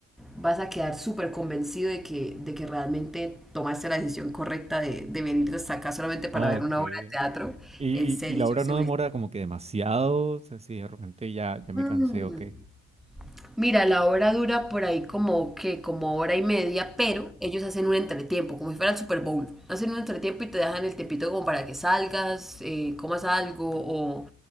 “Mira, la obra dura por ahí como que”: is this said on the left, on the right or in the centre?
Centre